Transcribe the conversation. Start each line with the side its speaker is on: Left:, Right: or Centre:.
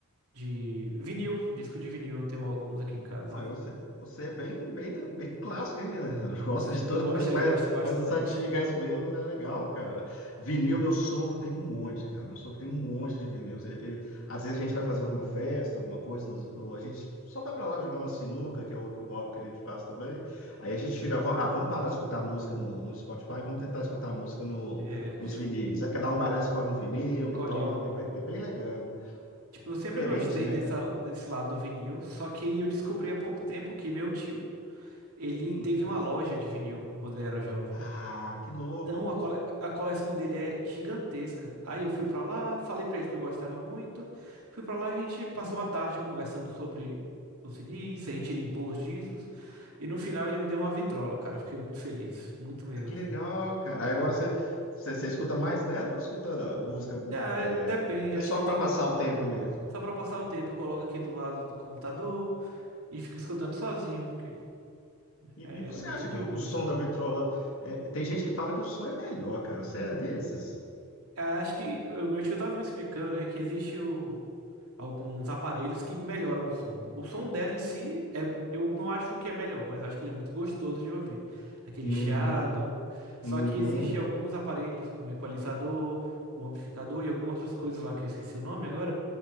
Right: de vinil, disco de vinil, eu tenho alguns aqui em casa.
Left: Pô, eu você é bem, bem, do- bem clássico, hein? <laughs> Gosta
Right: Sim,
Left: de toda
Right: eu gosto,
Left: coisa mais,
Right: eu gosto bastante.
Left: mais das antigas mesmo, né? Legal, cara. Vinil, meu sogro tem um monte, cara. Meu sogro tem um monte de vinis. Ele- ele- às vezes a gente vai fazer alguma festa, alguma coisa, nos- ou a gente só vai pra lá jogar uma sinuca, que é outro hobby que a gente faz também. Aí a gente fica, "Va- ah, vamos parar de escutar música no, no Spotify, vamos tentar escutar música no,
Right: É,
Left: nos vinis. Aí cada um vai lá, escolhe um vinil
Right: colhe
Left: e toca.
Right: um.
Left: É bem, é bem legal.
Right: Tipo, eu sempre
Left: Diferente,
Right: gostei
Left: né,
Right: dessa,
Left: cara?
Right: desse lado do vinil, só que eu descobri há pouco tempo que meu tio, ele
Left: Hum.
Right: teve uma loja de vinil quando ele era jovem.
Left: Ah, que louco.
Right: Então, a, cole- a coleção dele é gigantesca. Aí eu fui pra lá, falei pra ele que eu gostava muito. Fui pra lá, a gente passou uma tarde conversando sobre os vinis, a gente limpou os discos. E no final ele me deu uma vitrola, cara. Fiquei muito feliz, muito mesmo.
Left: Ah, Que legal, cara. Aí agora você, você, você escuta mais nela ou escuta música
Right: Ah,
Left: é,
Right: depende,
Left: é
Right: acho
Left: só
Right: que
Left: para
Right: tem.
Left: passar o tempo mesmo?
Right: Só pra passar o tempo, eu coloco aqui do lado do computador e fico escutando sozinho, que
Left: E,
Right: é
Left: e você
Right: muito
Left: acha
Right: bom,
Left: que o,
Right: velho.
Left: o som da vitrola. é, tem gente que fala que o som é melhor, cara. Você é desses?
Right: Ah, Acho que eh, o meu tio tava me explicando, né, que existe o- alguns aparelhos que melhoram o som. O som dela em si, é, eu não acho que é melhor, mas acho que ele é muito gostoso de ouvir. Aquele
Left: Uhum,
Right: chiado. Só
Left: uhum.
Right: que existe alguns aparelhos, como equalizador, o amplificador e algumas outras coisas lá que eu esqueci o nome agora,